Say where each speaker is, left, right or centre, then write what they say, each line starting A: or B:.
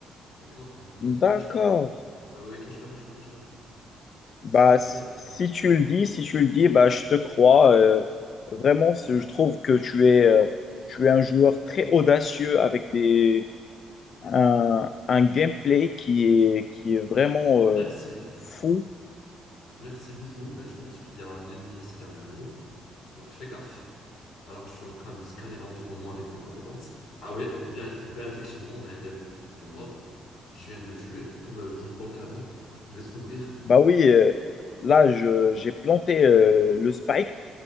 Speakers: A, on the left (about 75°); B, on the left (about 55°).
A: d'accord? Donc, euh,
B: D'accord.
A: cache-toi. Oui, oui, cache-toi, cache-toi, cache-toi. S'il
B: Bah,
A: te
B: s-
A: plaît.
B: si tu le dis, si tu le dis, bah, je te crois. euh, vraiment, c'est- je trouve que tu es, euh, tu es un joueur très audacieux avec des, un, un gameplay qui est, qui est vraiment
A: Oh,
B: euh,
A: merci.
B: fou.
A: Merci beaucoup, mais je pense qu'il y a un ennemi ici derrière nous. Donc, fais gaffe. Alors, je suis en train de scanner l'environnement avec mes compétences. Ah ouais, bien, bien effectivement, mais il est, il est mort. Je viens de le tuer. Tu peux, euh, genre, planter la bombe. Je vais se couvrir.
B: Bah oui, euh, là, je- j'ai planté euh, le spike